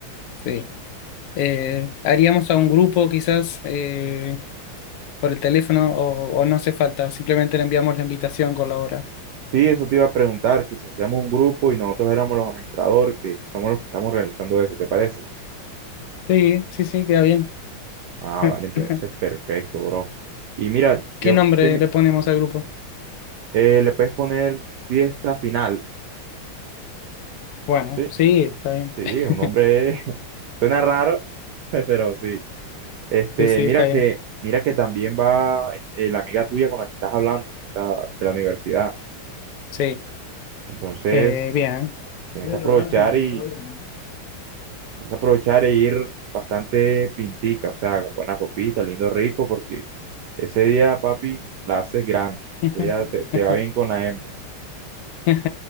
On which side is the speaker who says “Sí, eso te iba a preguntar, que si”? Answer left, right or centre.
Right